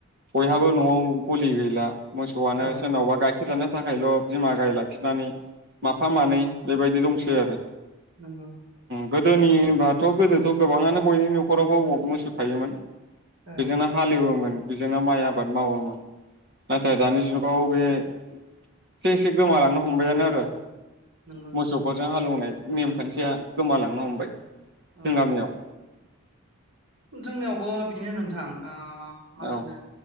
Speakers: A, on the right; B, on the right.
A: बयहाबो
B: नंगौ
A: नआव
B: नंगौ
A: गलि गैला मोसौआनो
B: औ
A: सोरनावबा गाइखेर जानो थाखायल बिमा गाय लाखिनानै माफा मानै बेबायदि दंसै आरो
B: नोंगौ
A: गोदोनि बाद थ गोदोथ गोबाङानो बयनि नखरावबो मोसौ थायोमोन बेजोंनो
B: औ
A: हालेवोमोन
B: नंगौ
A: जोंनाव माइ आबाद मावोमोन नाथाय दानि जुगाव बे एसे एसे गोमालांनो हमबायानो आरो
B: नंगौ
A: मोसौफोरजों
B: नंगौ
A: हालौवनाय नेमखान्थिया गोमालांनो हमबाय
B: औ
A: जों गामियाव
B: जोंनियावबो बिदिनो नोंथां ओ मा होनो
A: औ